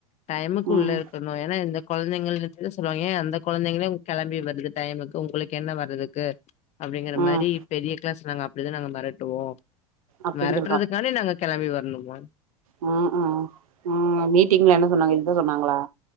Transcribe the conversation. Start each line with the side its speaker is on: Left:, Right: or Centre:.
Left: டைமுக்கு
Right: ம்
Left: உள்ள இருக்கணும் ஏன்னா இந்த கொழந்தைக கிட்ட சொல்லுவாங்க என் அந் அந்த கொழந்தைங்களே உம் கெளம்பி வருது டைமுக்கு உங்களுக்கு என்ன வர்றதுக்கு அப்டிங்கற
Right: ம்
Left: மாரி பெரிய <unintelligible> நாங்க அப்டிதா நாங்க மெரட்டுவோ
Right: அப்டின்னு
Left: மெரட்டுறதுக்கானே நாங்க கெளம்பி வரணு. ஓன்
Right: உம் உம் உம் மீட்டிங்ல என்ன சொன்னாங்க இதுதா சொன்னாங்களா?